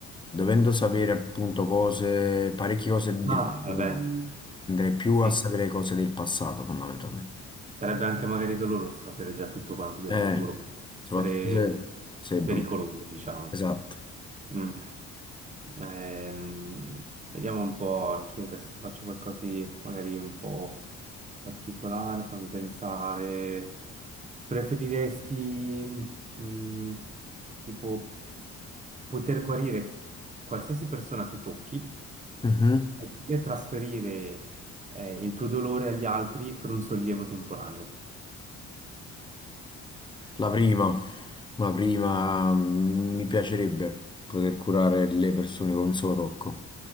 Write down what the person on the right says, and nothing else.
Ah,
vabbè, Ehm,
sì.
Sarebbe anche magari doloroso sapere già tutto quanto del
futuro, essere
pericoloso, diciamo.
Mm. Ehm, vediamo un po', anch'io adesso ti faccio qualcosa di magari un po' particolare, fammi pensare. Preferiresti, mm, tipo, poter guarire qualsiasi persona tu tocchi
oppure trasferire, eh, il tuo dolore agli altri per un sollievo temporaneo?